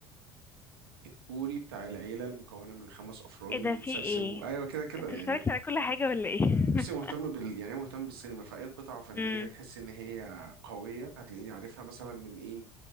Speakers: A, on the right; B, on the left.
A: الكوري بتاع العيله المكونه من خمس افراد
B: ايه
A: اللي
B: ده
A: بتسرسبوا
B: في ايه
A: ايوه كده كده
B: انت
A: يعني
B: اتفرجت على كل حاجة ولا ايه <laughs>
A: بصي مهتم بال يعني أنا مهتم بالسينما فأي قطعة فنية
B: امم
A: تحس إن هي قوية هتلاقيني عارفها مثلا من إيه